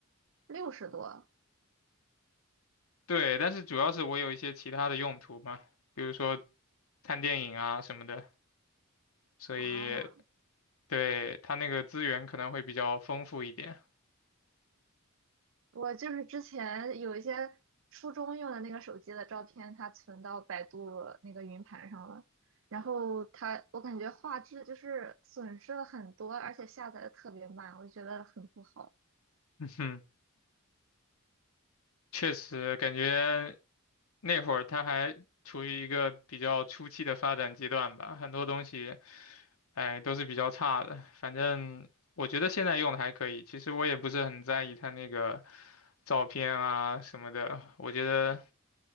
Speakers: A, on the right; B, on the left.
A: 六十多。
B: 对，但是主要是我有一些其他的用途嘛，比如说看电影啊什么的，所以
A: 哦，
B: 对，它那个资源可能会比较丰富一点。
A: 我就是之前有一些初中用的那个手机的照片，它存到百度那个云盘上了。然后它，我感觉画质就是损失了很多，而且下载的特别慢，我就觉得很不好。
B: 嗯哼确实感觉那会儿它还处于一个比较初期的发展阶段吧，很多东西，哎，都是比较差的。反正我觉得现在用的还可以，其实我也不是很在意它那个照片啊什么的，我觉得。